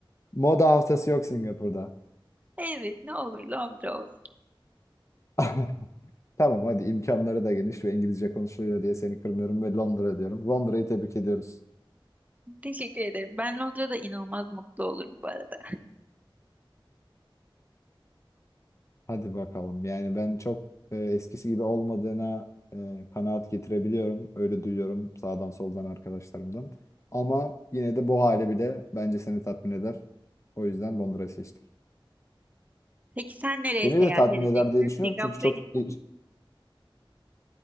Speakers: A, on the left; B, on the right.
A: Moda haftası yok Singapur'da.
B: Evet ne olur Londra olsun.
A: <laughs> Tamam hadi imkanları da geniş ve İngilizce konuşuluyor diye seni kırmıyorum ve Londra diyorum. Londra'yı tebrik ediyoruz.
B: Teşekkür ederim. Ben Londra'da inanılmaz mutlu olurum bu arada.
A: Hadi bakalım. Yani ben çok e, eskisi gibi olmadığına e, kanaat getirebiliyorum. Öyle duyuyorum sağdan soldan arkadaşlarımdan. Ama yine de bu hali bile bence seni tatmin eder. O yüzden Londra'yı seçtik.
B: Peki sen nereye
A: Beni
B: seyahat
A: de tatmin
B: edeceksin?
A: eder diye düşünüyorum.
B: Singapur'a
A: Çünkü çok
B: gittin
A: e,
B: mi?